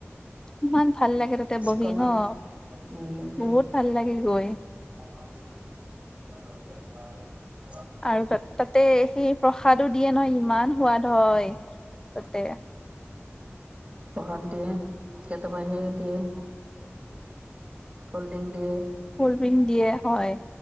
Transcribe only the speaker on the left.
ইমাণ। ভাল লাগে তাতে
বহি নহ,
বহুত ভাল লাগে গৈ।
আৰু তাতে সেই প্ৰসাদো দিয়ে নহয় ইমান সোৱাদ হয় তাতে।
কল্ড ড্ৰিংক দিয়ে হয়,